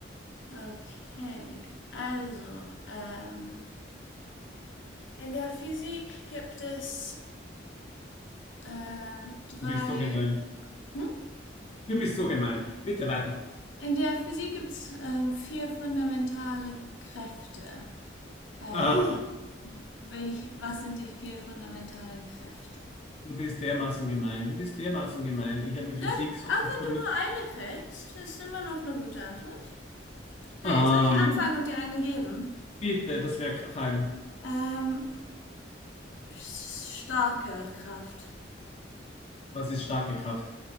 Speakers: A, on the left; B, on the left.
A: Okay, also, ähm, in der Physik gibt es ähm, drei
B: Du bist so gemein.
A: Hm?
B: Du bist so gemein. Bitte weiter.
A: In der Physik gibt es ähm, vier fundamentale Kräfte. Ähm,
B: Ah,
A: welch, was sind die vier fundamentalen Kräfte?
B: du bist dermaßen gemein. Du bist dermaßen gemein. Ich habe
A: Na,
B: Physik sowas
A: auch wenn
B: von
A: du
B: nicht.
A: nur eine kriegst, ist immer noch eine gute Antwort. Hey,
B: Ah,
A: soll ich anfangen und dir eine geben?
B: bitte, das wäre fein.
A: Ähm, starke Kraft.
B: Was ist starke Kraft?